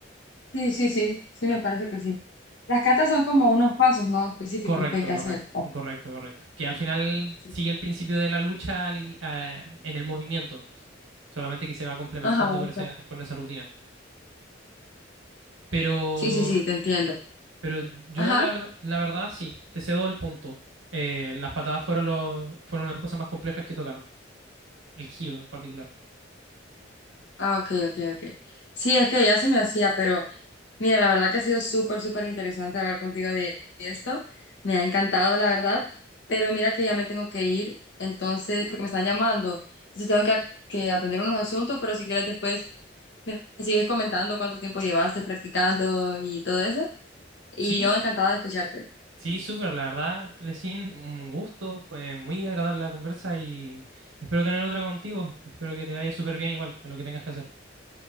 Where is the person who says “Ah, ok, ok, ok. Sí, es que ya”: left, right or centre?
Left